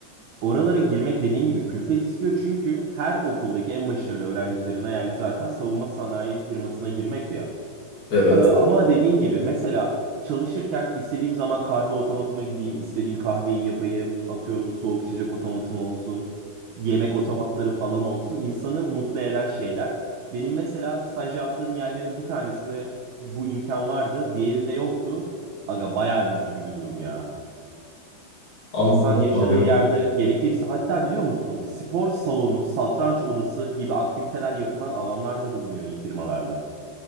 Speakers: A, on the right (about 80°); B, on the left (about 50°).
A: oralara girmek dediğin gibi külfet istiyor çünkü her okuldaki en başarılı öğrencilerin hayali zaten savunma sanayi firmasına girmek ya.
B: Evet.
A: Ee, ama dediğin gibi mesela çalışırken istediğim zaman kahve otomatıma gideyim, istediğim kahveyi yapayım. Atıyorum soğuk içecek otomatım olsun, yemek otomatları falan olsun. İnsanı mutlu eden şeyler. Benim mesela staj yaptığım yerlerin bir tanesinde bu imkan vardı, diğerinde yoktu. Aga bayağı bir üzücü bir durum ya.
B: Anladım
A: İnsan yaşadığı
B: abi.
A: yerde gerekirse hatta biliyor musun spor salonu, satranç odası gibi aktiviteler yapılan alanlarda bulunuyor iyi firmalarda.